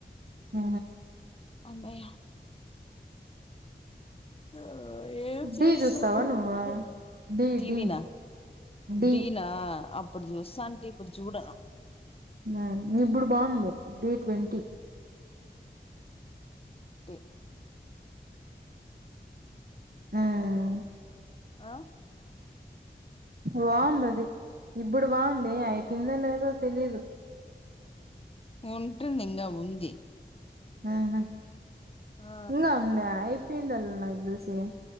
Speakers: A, on the right; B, on the left.
A: ఊ
B: అమ్మయా ఆ ఏం చేస్తాం
A: డీ చూస్తావా
B: అంతలానా
A: నువ్వు డీ
B: టీవినా
A: డీ డీ
B: దీనా అప్పుడు చూస్తాంటి ఇప్పుడు చూడను
A: ఆ ఇప్పుడు బాగుంది డి ట్వంటీ
B: టి
A: ఉమ్
B: ఆ
A: బాగుంది అది ఇప్పుడు బాగుంది అయపిల్లలేదో తెలీదు
B: ఉంటుంది ఇంకా ఉంది
A: ఆహా
B: ఆ
A: ఇంకా ఉంద ఐపీండాల నాక్ తెలిసి